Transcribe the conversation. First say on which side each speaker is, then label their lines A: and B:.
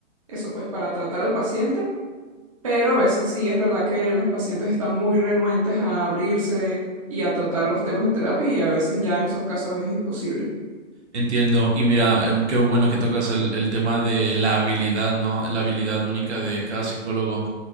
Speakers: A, on the right; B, on the right.
A: eso, pues para tratar al paciente, pero a veces sí es verdad que los pacientes están muy renuentes a abrirse y a tratar los temas en terapia y a veces ya en esos casos es imposible.
B: Entiendo. Y mira, em, qué bueno que tocas el, el tema de la habilidad, ¿no? La habilidad única de cada psicólogo.